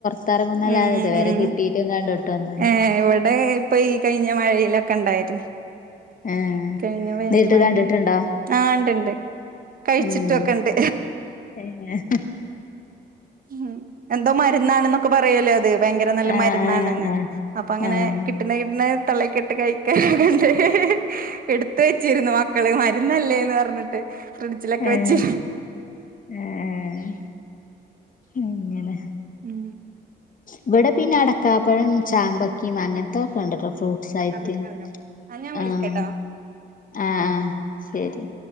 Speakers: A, on the left; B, on the right.
A: ത്തറങ്ങും ന്നല്ലാതെ
B: ഉം
A: ഇത് വരെ
B: ഉം
A: കിട്ടീയിട്ടും കണ്ടിട്ടോന്നുല്ല.
B: ഏ ഇവിടെ ഇപ്പൊ ഈ കഴിഞ്ഞ മഴയിലൊക്കെ ഉണ്ടായിരുന്നു.
A: ഏഹ്
B: കഴിഞ്ഞ വേനൽ
A: നേരിട്ട്
B: മഴെൽ
A: കണ്ടിട്ടുണ്ടോ
B: ആഹ ണ്ട്ണ്ട് കഴിച്ചിട്ടൊക്കെ
A: ഏഹ്
B: ഇണ്ട്.
A: ഏഹ്
B: ഉം എന്തോ മരുന്നാണെന്നൊക്കെ പറയോല്ലോ അത് ഭയങ്കര നല്ല
A: ആഹ്
B: മരുന്നാണ്ന്ന്
A: ആഹ്
B: അപ്പൊ അങ്ങനെ.
A: ആഹ്
B: <unintelligible> ട്ട് കഴിക്കാൻ കണ്ട് എടുത് വെച്ചിരുന്നു. ക്കള് മരുന്നല്ലേന്ന് പർഞ്ഞ്ട്ട് ഫ്രിഡ്ജിലൊക്കെ
A: ഏഹ്
B: വെച്ച്
A: ഏഹ് അങ്ങനെ
B: ഉം
A: ഇവടെ പിന്നെ അടക്കാപ്പഴം ചാമ്പക്കിയിം അങ്ങൻത്തത്തൊക്കെ ഇണ്ട്ട്ടോ ഫ്രൂ സായിറ്റ്
B: അതൊക്കെല്ലോ ആ ഞാൻ വിളിക്കട്ടോ
A: ആഹ് ആഹ് ആഹ് സെര്യാ